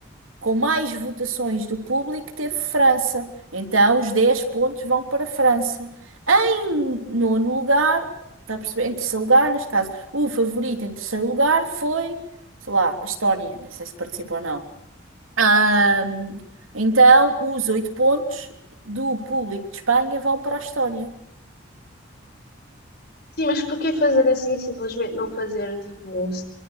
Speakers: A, on the right; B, on the left.
A: com mais votações do público teve França. Então, os 10 pontos vão para a França. Em nono lugar, está a perceber? Em terceiro lugar, neste caso, o favorito em terceiro lugar foi, sei lá, a Estónia. Não sei se participou ou não. Ahm, então, os 8 pontos do público de Espanha vão para a Estónia.
B: Sim, mas porquê fazer assim simplesmente não fazer tipo um,